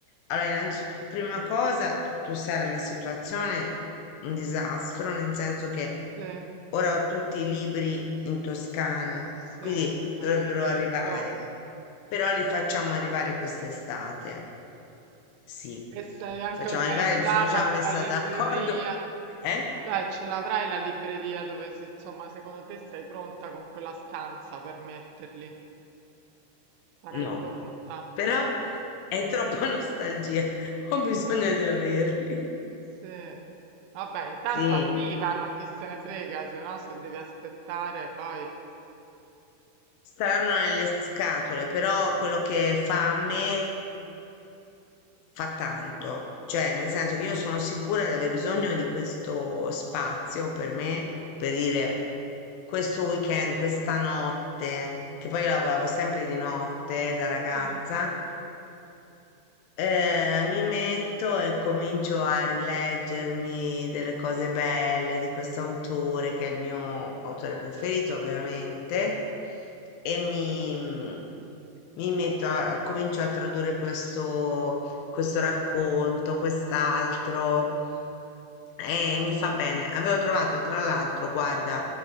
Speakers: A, on the left; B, on the right.
A: allora, innanzitutto, prima cosa, tu, tu sai la mia situazione, è un disastro, nel senso che
B: sì.
A: ora ho tutti i libri in Toscana,
B: Sì,
A: quindi
B: me
A: dovrebbero
B: l'avevi detto.
A: arrivare, però li facciamo arrivare quest'estate. Sì,
B: E sei anche
A: facciamo
B: organizzata
A: arrivare, mi sono già
B: con
A: messa
B: la libreria,
A: d'accordo. Eh?
B: cioè ce l'avrai la libreria dove si, insomma, secondo te sei pronta con quella stanza per metterli? Sarai
A: No,
B: pronta?
A: però
B: Ah,
A: è troppa nostalgia, <laughs> ho bisogno
B: ah,
A: di averli.
B: sì. Vabbè, intanto
A: Sì.
B: arrivano, chi se ne frega, se no se devi aspettare poi...
A: Staranno nelle scatole, però quello che fa a me fa tanto, cioè nel senso
B: Eh,
A: che io sono sicura di aver bisogno di questo spazio per me, per dire questo weekend, questa notte, che poi io lavoravo
B: Sì,
A: sempre di notte da ragazza
B: sì,
A: eh, mi metto e comincio a rileggermi delle cose belle di questo autore, che è il mio autore preferito, ovviamente, e mi, mm, mi metto a, a- comincio a tradurre questo, questo racconto, quest'altro, e mi fa bene. Avevo trovato, tra l'altro, guarda,